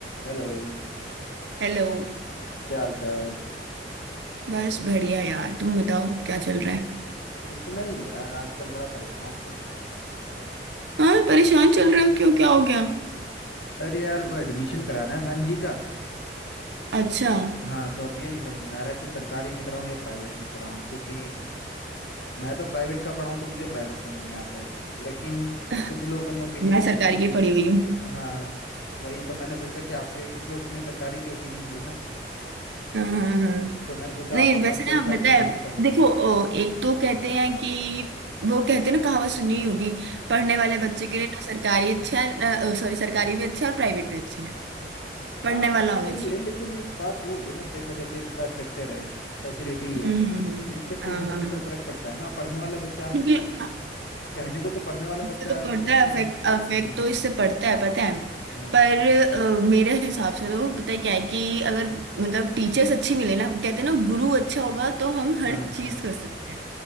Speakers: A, on the left; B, on the right.
A: Hello
B: Hello
A: क्या हाल चाल
B: बस बढ़िया यार तुम बताओ क्या चल रहा है
A: कुछ नहीं यार आजकल बड़ा परेशान चल रहा
B: हाँ परेशान चल रहे हो क्यों क्या हो गया
A: हूँ अरे यार वो एडमिशन कराना है भांजी का
B: अच्छा
A: हाँ तो अब ये नहीं समझ में आ रहा कि सरकारी में कराऊं या प्राइवेट में कराऊं क्योंकि मैं तो प्राइवेट का पढ़ा हूं तो मुझे प्राइवेट समझ में आता है लेकिन
B: <laughs>
A: कुछ लोगों ने ओपिनियन
B: मैं
A: दिए
B: सरकारी
A: कि भाई
B: की पढ़ी हुई हूँ
A: हाँ वही तो मैंने सोचा कि आपसे कुछ लोग ने सरकारी की ओपिनियन दी ना
B: हाँ हाँ हाँ हाँ।
A: तो मैंने सोचा
B: नहीं
A: आपसे
B: वैसे
A: बात
B: ना
A: करी जाए
B: बताए
A: आप तो वहां के पढ़े होंगे
B: देखो ओ, एक तो कहते हैं कि वो कहते हैं ना कहावत सुनी ही होगी पढ़ने वाले बच्चे के लिए ना सरकारी अच्छा है ना सॉरी सरकारी भी अच्छा है और प्राइवेट भी अच्छा है पढ़ने
A: हाँ वो
B: वाला
A: बात
B: होना
A: सही
B: चाहिए
A: है लेकिन एक बात वो होती है ना देखो जैसे इंफ्रास्ट्रक्चर है फैसिलिटी
B: हम्म
A: है
B: हम्म हम्म।
A: इन सब
B: हाँ
A: चीजों
B: हाँ
A: से भी
B: हाँ
A: तो फर्क पड़ता है ना पढ़ने वाला बच्चा
B: बिल्कुल।
A: कहने को तो पढ़ने वाला
B: इससे
A: बच्चा
B: तो
A: है
B: पड़ता
A: वो कहते
B: है अफेक्ट
A: हैं
B: अफेक्ट
A: हाँ
B: तो इससे पड़ता है पता है
A: हाँ
B: पर अ, मेरे हिसाब से तो पता है क्या है कि अगर मतलब टीचर्स अच्छी मिले ना कहते हैं ना गुरु अच्छा होगा तो हम हर
A: हाँ
B: चीज
A: हाँ
B: कर सकते हैं